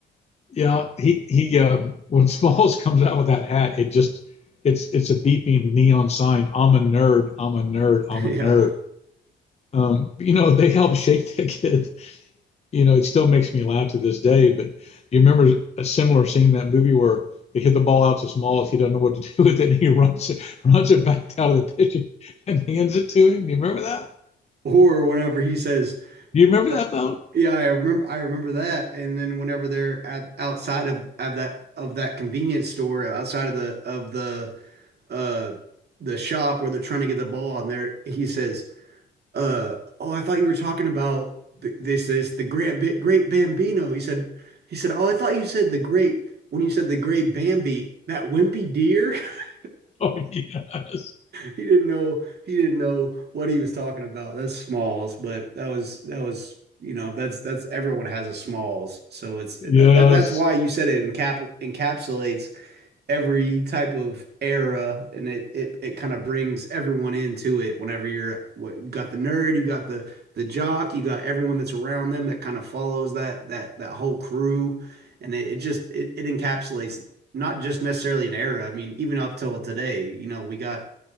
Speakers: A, on the left (about 35°); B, on the right (about 55°).
A: Yeah, he he. Um, when <laughs> Smalls comes out with that hat, it just it's it's a beeping neon sign. I'm a nerd. I'm a nerd. I'm
B: <laughs> yeah.
A: a nerd. Um, you know, they helped shape that kid. <laughs> You know, it still makes me laugh to this day. But you remember a similar scene in that movie where they hit the ball out to Smalls. He doesn't know what to <laughs> do with it. And he runs it runs it back down to the pitcher <laughs> and hands it to him. Do you remember that?
B: Or whenever he says,
A: Do you remember
B: Uh,
A: that though?
B: Yeah, I remember I remember that. And then whenever they're at outside of, of that of that convenience store, outside of the of the uh the shop where they're trying to get the ball and there he says, uh, oh, I thought you were talking about th this is the Grand Bi Great Bambino. He said, he said, oh, I thought you said the great when you said the Great Bambi, that wimpy deer. <laughs>
A: <laughs> Oh yes,
B: He didn't know he didn't know what he was talking about. That's Smalls, but that was that was you know that's that's everyone has a Smalls, so it's that,
A: yes.
B: that's why you said it encap encapsulates every type of era and it it, it kind of brings everyone into it whenever you're what you got the nerd you got the the jock you got everyone that's around them that kind of follows that that that whole crew and it, it just it, it encapsulates not just necessarily an era I mean even up till today you know we got